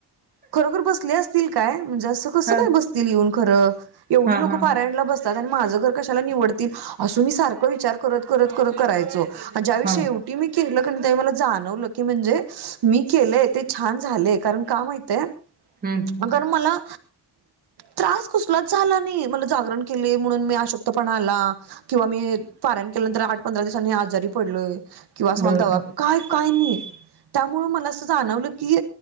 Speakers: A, on the right; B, on the right.
A: खरोखर बसले असतील काय? म्हणजे असं कस
B: हा
A: काय बसतील येऊन खरं, एवढी
B: हा
A: लोक
B: हा
A: पारायणला बसतात आणि माझं घर कशाला निवड तील अस मी सारखा विचार करत, करत करायचो, ज्यावी मी
B: हा
A: शेवटी केलं पणं ताई मला जाणवलं की, म्हणजे मी केलंय ते छान झालय, कारण का माहित हाय
B: हम्म
A: आ गर मला त्रास कसलाच झाला नाही, मला जागरण केली म्हणून मी आशक्तपणा आला किंवा मी पारायण केल्यानंतर, आठ पंधरा दिवसानी आजारी पडलोय. किंवा अस
B: बरोबर
A: मला दवा काय काय नाही. त्यामुळे मला असं जाणवलं की,